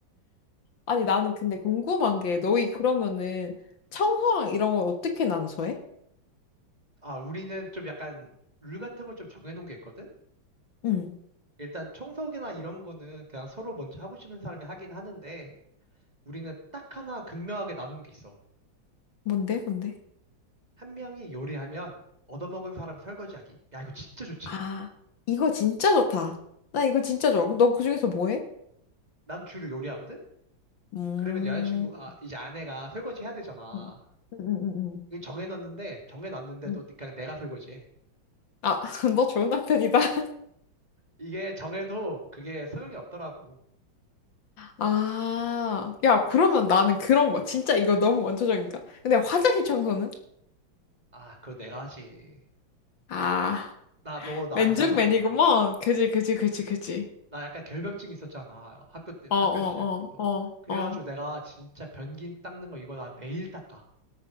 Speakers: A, on the left; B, on the right.
A: 아니, 나는 근데 궁금한 게 너희 그러면은 청소랑 이런 건 어떻게 나눠서 해?
B: 아, 우리는 좀 약간 룰 같은 걸 좀 정해놓은 게 있거든?
A: 응.
B: 일단 청소기나 이런 거는 그냥 서로 먼저 하고 싶은 사람이 하긴 하는데, 우리는 딱 하나 극명하게 나눈 게 있어.
A: 뭔데, 뭔데?
B: 한 명이 요리하면 얻어먹은 사람 설거지하기. 야, 이거 진짜 좋지.
A: 아, 이거 진짜 좋다. 나 이거 진짜 좋아. 그럼 너 그중에서 뭐 해?
B: 난 주로 요리하거든?
A: 음.
B: 그러면 여자친구, 아, 이제 아내가 설거지 해야 되잖아.
A: 응, 응, 응, 응.
B: 이거 정해놨는데, 정해놨는데도
A: 응.
B: 그냥 내가 설거지해.
A: 아, <laughs> 너 좋은 남편이다. <laughs>
B: 이게 정해도 그게 소용이 없더라고.
A: 아, 야, 그러면 나는 그런 거. 진짜 이거 너무 원초적인가? 근데 화장실 청소는?
B: 아, 그거 내가 하지.
A: 아,
B: 나, 너, 나
A: 맨중맨이구먼.
B: 알잖아.
A: 그지, 그지, 그지, 그지.
B: 나 약간 결벽증 있었잖아. 학교 때,
A: 어,
B: 학교
A: 어,
B: 시절 때부터.
A: 어, 어,
B: 그래가지고
A: 어.
B: 내가 진짜 변기 닦는 거 이거 나 매일 닦아.